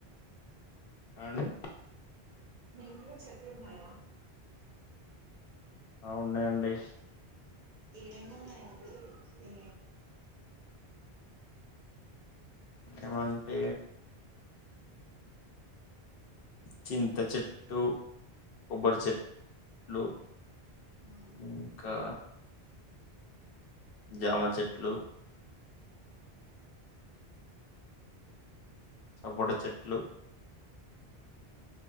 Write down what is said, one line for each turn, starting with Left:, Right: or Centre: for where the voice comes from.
Left: ఆ అండి
Right: మీ ఇంట్లో చెట్లు ఉన్నాయా
Left: ఆ ఉన్నాయండి
Right: ఏమేం ఉన్నాయండి ఈ
Left: ఏమంటే చింత చెట్టు కొబ్బరి చెట్లు
Right: ఉమ్
Left: ఇంకా జామ చెట్లు సపోట చెట్లు